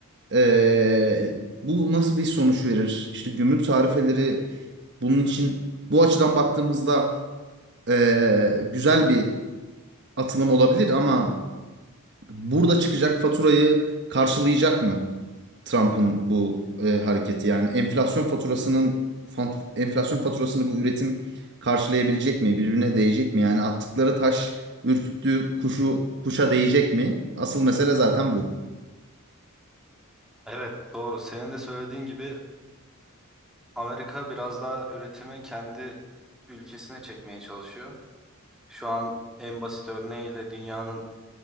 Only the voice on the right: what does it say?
Ee, bu nasıl bir sonuç verir? İşte gümrük tarifeleri bunun için bu açıdan baktığımızda ee, güzel bir atılım olabilir ama burada çıkacak faturayı karşılayacak mı Trump'ın bu e, hareketi? Yani enflasyon faturasının fan- enflasyon faturasını bu üretim karşılayabilecek mi? Birbirine değecek mi? Yani attıkları taş ürküttüğü kuşu kuşa değecek mi? Asıl mesele zaten bu.